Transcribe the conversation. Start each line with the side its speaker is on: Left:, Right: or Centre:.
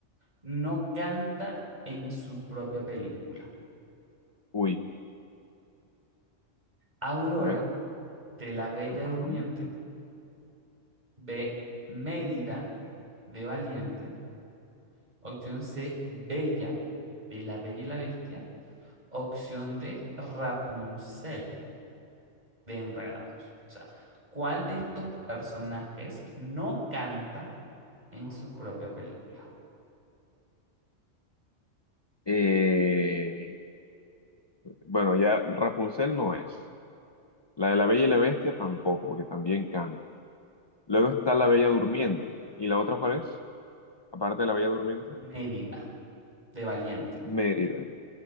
Right: no canta en su propia película?
Left: Uy,
Right: Aurora.
Left: a ver.
Right: de La Bella
Left: Ajá.
Right: Durmiente, B, Mérida de Valiente, opción C, Bella de La Bella y la Bestia, opción D, Rapunzel de Enredados. O sea, ¿cuál de estos personajes no canta en su propia película?
Left: Eh, bueno, ya Rapunzel no es. La de la Bella y la Bestia tampoco, porque también canta. Luego está la Bella Durmiente. ¿Y la otra cuál es? Aparte de la Bella Durmiente.
Right: Mérida de Valiente,
Left: Mérida.